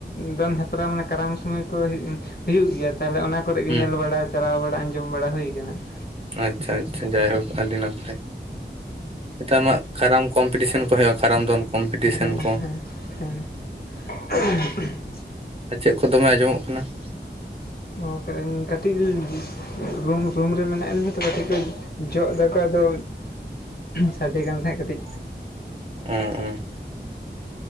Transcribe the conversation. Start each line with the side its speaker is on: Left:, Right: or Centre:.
Left: ᱫᱚᱱ ᱢᱟᱱᱮ ᱠᱟᱨᱟᱢ ᱥᱩᱢᱚᱭ ᱠᱚ ᱦᱩᱭᱩᱜ ᱜᱮᱭᱟ ᱾ ᱛᱟᱦᱚᱞᱮ ᱚᱱᱟ ᱠᱚᱨᱮ ᱜᱮ
Right: ᱦᱩᱸ
Left: ᱧᱮᱞ ᱵᱟᱲᱟ, ᱪᱟᱞᱟᱣ ᱵᱟᱲᱟ ᱟᱸᱡᱚᱢ ᱵᱟᱲᱟ ᱦᱩᱭ ᱟᱠᱟᱱᱟ ᱾
Right: ᱟᱪᱪᱷᱟ ᱟᱪᱪᱷᱟ ᱡᱟᱭᱦᱳᱠ, ᱟᱹᱰᱤ ᱱᱟᱯᱟᱭ ᱱᱮᱛᱟᱨ ᱢᱟ ᱠᱟᱨᱟᱢ ᱠᱚᱢᱯᱤᱴᱤᱥᱮᱱ ᱠᱚ ᱦᱩᱭᱩᱜᱼᱟ ᱠᱟᱨᱟᱢ ᱫᱚᱱ? ᱠᱚᱢᱯᱤᱴᱤᱥᱮᱱ
Left: ᱦᱮᱸ
Right: ᱠᱚ
Left: ᱦᱮᱸ ᱦᱮᱸ ᱾
Right: ᱟᱨ ᱪᱮᱫ ᱠᱚ ᱫᱚᱢᱮ ᱟᱸᱡᱚᱢᱚᱜ ᱠᱟᱱᱟ ᱾
Left: ᱚ <unintelligible> ᱨᱩᱢ, ᱨᱩᱢ ᱨᱮ ᱢᱮᱱᱟᱜ ᱞᱤᱧᱟ ᱛᱚ, ᱠᱟᱹᱴᱤᱡ ᱠᱚ ᱡᱚᱜ ᱫᱟᱠᱚ ᱟᱫᱚ ᱥᱟᱸᱰᱮ ᱠᱟᱱ ᱛᱟᱦᱮᱸᱫ ᱠᱟᱹᱴᱤᱡ
Right: ᱩᱸ ᱩᱸ